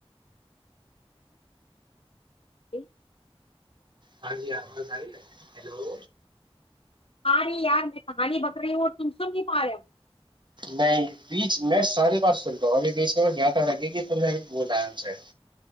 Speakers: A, on the left (about 65°); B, on the right (about 50°).
A: ج
B: ہاں جی آواز آئی ہے ہلو
A: پانی یار میں کہانی بک رہی ہوں اور تم سن نہیں پا رہے ہو
B: نہیں بیچ میں ساری بات سن رہا ہوں ابھی بیچ میں یادہ لگے گی تو بھی بولا ان سے